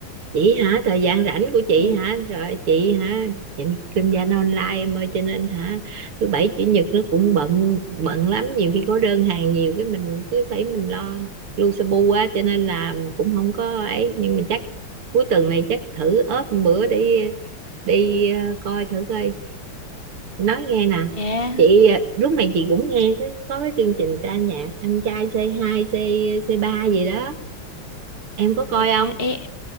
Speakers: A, on the right; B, on the left.
A: chị hả thời gian rảnh của chị
B: Dạ
A: hả rồi chị hả chị kinh doanh online em ơi cho nên hả thứ bảy chủ nhật nó cũng bận bận lắm nhiều khi có đơn hàng nhiều cái mình cứ phải mình lo lu su bu quá cho nên là cũng không có ấy nhưng mà chắc cuối tuần này chắc thử ốp một bữa đi đi ờ, coi thử coi nói nghe nè
B: Dạ
A: chị ờ, lúc này chị cũng nghe cái có cái chương trình ca nhạc anh trai C2 C hai c c ba gì đó em có coi
B: Dạ
A: không
B: em,